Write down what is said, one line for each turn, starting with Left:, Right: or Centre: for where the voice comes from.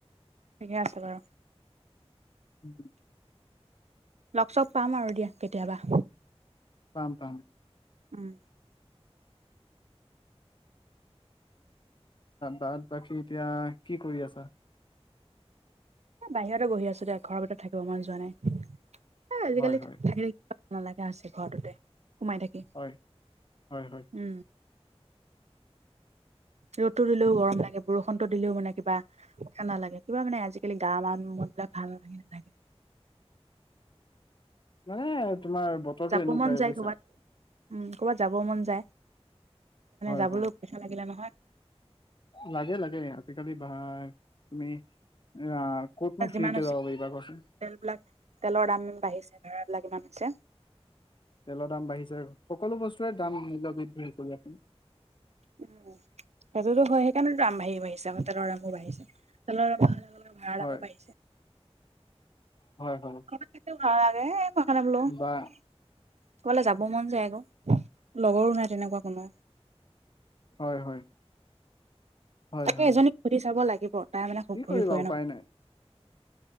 Right: ঠিকে আছে বাৰু।
Left: <inaudible>
Right: লগ চগ পাম আৰু দিয়া কেতিয়াবা।
Left: পাম পাম।
Right: উম
Left: বাত বাকী এতিয়া কি কৰি আছা?
Right: এ বাহিৰতে বহি আছো দে। ঘৰৰ ভিতৰত থাকিব মন যোৱা নাই এ আজিকালি
Left: হয় হয়
Right: থাকি থাকি ভাল নলগা হৈছে ঘৰটোতে সোমাই থাকি।
Left: হয় হয়।
Right: <inaudible> ৰ'দটো দিলেও গৰম লাগে, বৰষুণতো দিলেও মানে কিবা। ভাল নালাগে। কিবা মানে আজিকালি গা মান মনবিলাক ভাল লাগি নাথাকে।
Left: মানে তোমাৰ বতৰটো
Right: যাব
Left: এনেকুৱাই
Right: মন যায়
Left: বুইছা।
Right: ক'ৰবাত উম কৰ'বাত যাব মন যায়,
Left: হয়
Right: যাবলৈ
Left: হয়
Right: পইচা লাগিলে নহয়
Left: লাগে লাগে। আজিকালি ভাই তুমি আ ক'তনো
Right: যিমান
Left: ফ্ৰীতে
Right: হৈছে
Left: যাব পাৰিবা কোৱাচোন।
Right: তেলবিলাক তেলৰ দাম বাঢ়িছে, ভাড়াবিলাক ইমান হৈছে।
Left: তেলৰ দাম বাঢ়িছে সকলো বস্তুৰে দাম মূল্য বৃদ্ধি কৰি আছে।
Right: উম সেইটোতো হয়। সেইকাৰণেতো দাম বাঢ়ি বাঢ়িছে তেলৰ দামো বাঢ়িছে তেলৰ দাম বঢ়াৰ লগে লগে ভাড়া
Left: হয়
Right: দামো বাঢ়িছে।
Left: হয় হয়।
Right: <unintelligible>
Left: বা
Right: ক'বালে যাব মন যায় আক' লগৰো নাই তেনেকুৱা কোনো।
Left: হয় হয়। হয়
Right: তাকে
Left: হয়
Right: এজনীক সুধি চাব লাগিব তাই মানে খুব
Left: কি
Right: ঘূৰি
Left: কৰিবা
Right: ফুৰে
Left: উপায়
Right: ন।
Left: নাই